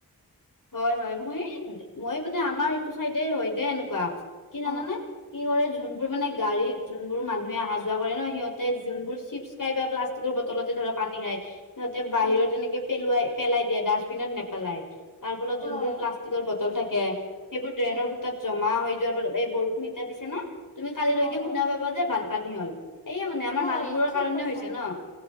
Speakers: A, on the left; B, on the left.
A: হয়, হয়, মই, মই মানে আমাৰ ইটো চাইডে হয় দে এনেকুৱা। কি
B: অ',
A: জানানে? কি কৰে, যোনবোৰ মানে গাড়ীত যোনবোৰ মানুহে অহা-যোৱা কৰে ন, সিহঁতে যোনবোৰ চিপছ খাই বা প্লা বটলতে ধৰা পানী খায়। সিহঁতে বাহিৰত
B: অ',
A: এনেকে পেলোৱাই পেলাই দিয়ে। ডাষ্টবিনত নেপেলাই, তাৰ ফলত
B: হয়
A: যোনবোৰ প্লাষ্ট কৰ বটল থাকে, সেইবোৰ ড্ৰেইনৰ
B: হয়
A: ফুটাত জমা হৈ যোৱাৰ ফলত, এই বৰষুণ এতিয়া দিছে ন। তুমি কালিলৈকে
B: অ', অ',
A: শুনা পাবা যে বানপানী হ'ল, এইয়ে মানে আমাৰ
B: হয়
A: মানুহবোৰৰ
B: ঠিক
A: কাৰণে
B: কৈছা।
A: হৈছে ন।